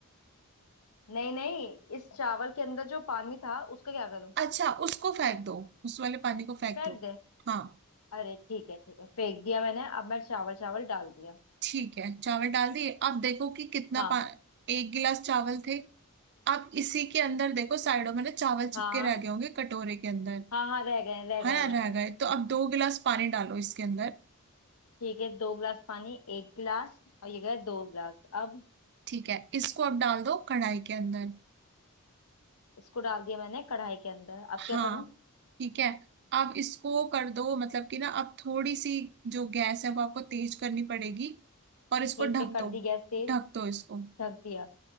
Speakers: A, on the left; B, on the right.
A: नहीं नहीं इस चावल के अंदर जो पानी था उसका क्या करूँ
B: अच्छा उसको फेंक दो उस वाले पानी को फेंक
A: फेंक
B: दो
A: दे
B: हाँ
A: अरे ठीक है ठीक है फेंक दिया मैंने अब मैं चावल चावल डाल दिया
B: ठीक है चावल डाल दिए आप देखो कि कितना
A: हाँ
B: पा एक गिलास चावल थे आप इसी के अंदर देखो साइडों में ना चावल चिपके
A: हाँ
B: रह गए होंगे कटोरे के अंदर
A: हाँ हाँ रह गए रह गए
B: है ना
A: रह
B: रह
A: गए
B: गए तो अब दो गिलास पानी डालो इसके अंदर
A: ठीक है दो गिलास पानी एक गिलास और ये गए दो गिलास अब
B: ठीक है इसको अब डाल दो कढ़ाई के अंदर
A: इसको डाल दिया मैंने कढ़ाई के अंदर अब
B: हाँ
A: क्या करूँ
B: ठीक है अब इसको कर दो मतलब कि ना अब थोड़ी सी जो गैस है वो आपको तेज करनी पड़ेगी और इसको
A: ठीक
B: ढक
A: है कर
B: दो
A: दी गैस तेज
B: ढक दो इसको
A: ढक दिया